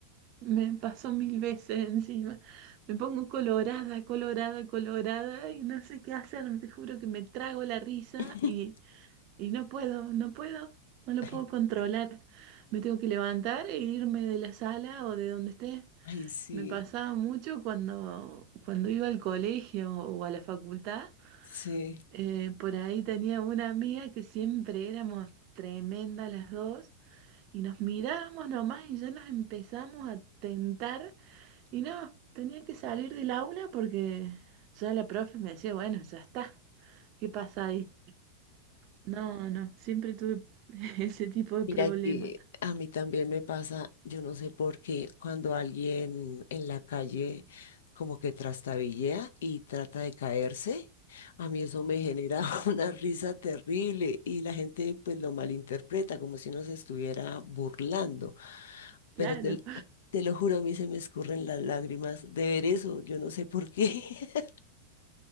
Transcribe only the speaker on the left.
<laughs>
Ay,
ay, sí,
sí.
Mira
que a mí también me pasa, yo no sé por qué, cuando alguien en la calle como que trastabillea y trata de caerse, a mí eso me genera <laughs> una risa terrible y la gente pues lo malinterpreta como si uno se estuviera burlando.
Pero te, l- te lo juro, a mí se me escurren las lágrimas de ver eso, yo no sé por qué. <laughs>